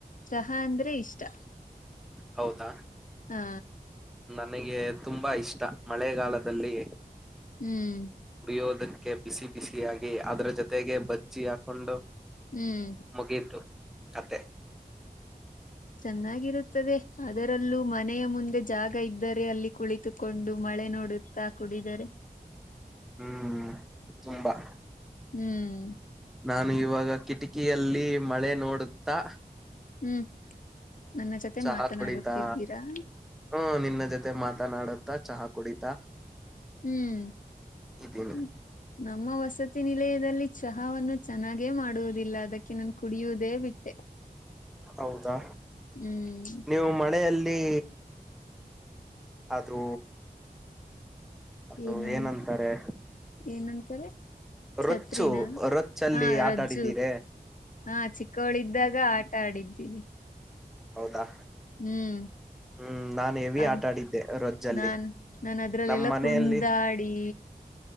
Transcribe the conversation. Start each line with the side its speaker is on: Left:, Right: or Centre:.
Left: ಚಹಾ ಅಂದ್ರೆ ಇಷ್ಟ
Centre: ಹೌದಾ,
Left: ಹಾ,
Centre: ನನಗೆ ತುಂಬಾ ಇಷ್ಟ ಮಳೆಗಾಲದಲ್ಲಿ
Left: ಹ್ಮ್,
Centre: ಉರಿಯೋದಕ್ಕೆ ಬಿಸಿ ಬಿಸಿಯಾಗಿ ಅದ್ರ ಜೊತೆಗೆ ಬಜ್ಜಿ ಹಾಕೊಂಡು
Left: ಹ್ಮ್
Centre: ಮುಗಿತು ಕಥೆ.
Left: ಚೆನ್ನಾಗಿರುತ್ತದೆ ಅದರಲ್ಲೂ. ಮನೆಯ ಮುಂದೆ ಜಾಗ ಇದ್ದರೆ ಅಲ್ಲಿ ಕುಳಿತುಕೊಂಡು ಮಳೆ ನೋಡುತ್ತಾ ಕುಡಿದರೆ.
Centre: ಹ್ಮ್ ತುಂಬಾ.
Left: ಹ್ಮ್.
Centre: ನಾನು ಇವಾಗ ಕಿಟಕಿಯಲ್ಲಿ ಮಳೆ ನೋಡುತ್ತಾ.
Left: ಹ್ಮ್ ನನ್ನ ಜೊತೆ
Centre: ಚಹಾ
Left: ಮಾತನಾಡುತ್ತಿದ್ದೀರಾ.
Centre: ಕುಡಿತಾ ಹ್ಮ ನಿನ್ನ ಜೊತೆ ಮಾತನಾಡುತ್ತಾ ಚಹಾ ಕುಡಿತಾ.
Left: ಹ್ಮ್
Centre: ಇದ್ದೀನಿ
Left: ಹ್ಮ್. ನಮ್ಮ ವಸತಿ ನಿಲಯದಲ್ಲಿ ಚಹಾವನ್ನು ಚೆನ್ನಾಗೆ ಮಾಡುವುದಿಲ್ಲ ಅದಕ್ಕೆ ನಾನು ಕುಡಿಯುವುದೇ ಬಿಟ್ಟೆ.
Centre: ಹೌದಾ.
Left: ಹ್ಮ್.
Centre: ನೀವು ಮಳೆಯಲ್ಲಿ. ಅದು. ಅದು
Left: ಏನು
Centre: ಏನಂತಾರೆ.
Left: ಏನಂತಾರೆ.
Centre: ರೊಚ್ಚು
Left: ಛತ್ರಿನ
Centre: ರೊಚ್ಚಲ್ಲಿ
Left: ಹಾ ರಜ್ಜು
Centre: ಆಟ ಆಡಿದ್ದೀರ.
Left: ಹಾ ಚಿಕ್ಕೋಳಿದ್ದಾಗ ಆಟ ಆಡಿದ್ದೀನಿ.
Centre: ಹೌದಾ.
Left: ಹ್ಮ್.
Centre: ಹ್ಮ್ ನಾನ್ ಹೆವಿ
Left: ಅದ
Centre: ಆಟ ಆಡಿದ್ದೆ ರೊಜ್ಜಲ್ಲಿ
Left: ನಾನ್ ನಾನ ಅದ್ರಲ್ಲೆಲ್ಲ
Centre: ನಮ್ ಮನೆಯಲ್ಲಿ
Left: ಕುಂಡಾಡಿ.